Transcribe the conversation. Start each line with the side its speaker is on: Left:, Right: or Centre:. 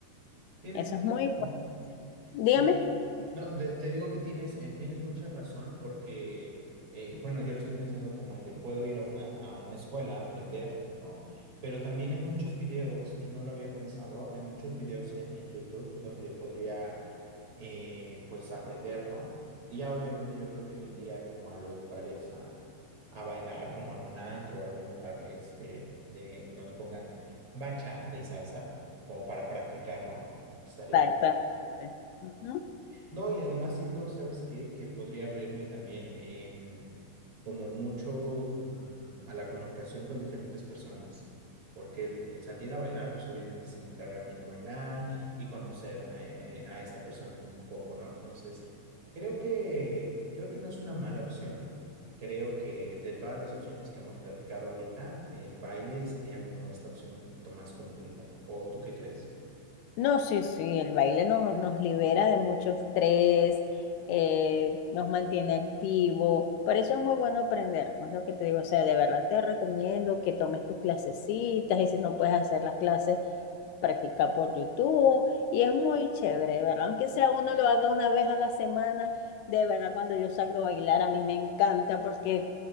Right: Tienes
Left: Eso
Right: mucha
Left: es muy
Right: razón.
Left: importante. Dígame.
Right: Sí, No, de- te digo que tienes, eh, tienes mucha razón porque, eh, bueno, yo lo estoy pensando como el de puedo ir a una, a una escuela a aprender, ¿no? Pero también hay muchos videos, y no lo había pensado, hay muchos videos en, en YouTube donde podría, eh, pues, aprender, ¿no? Y ya obviamente yo creo que me iría como a los lugares a, a bailar, como algún antro o algún lugar, este, de, donde pongan bachata y salsa, como para practicar, ¿no? Estaría
Left: Exactamente.
Right: cool.
Left: Ujú.
Right: No, y además siento, ¿sabes qué? Que podría abrirme también em, como mucho mm, a la comunicación con diferentes personas, porque el, el salir a bailar, pues obviamente es invitar a alguien a bailar y conocer a, eh, a esta persona como un poco, ¿no? Entonces, creo que, creo que no es una mala opción. Creo que de todas las opciones que hemos platicado ahorita, el baile sería como esta opción un poquito más completa. ¿O tú qué crees?
Left: No, sí, sí, el baile nos, nos libera de mucho estrés, eh, nos mantiene activo. Por eso es muy bueno aprender, con lo que te digo. O sea, de verdad te recomiendo que tomes tus clasecitas y si no puedes hacer las clases practicar por YouTube y es muy chévere, ¿verdad? Aunque sea uno lo haga una vez a la semana, de verdad cuando yo salgo a bailar a mí me encanta porque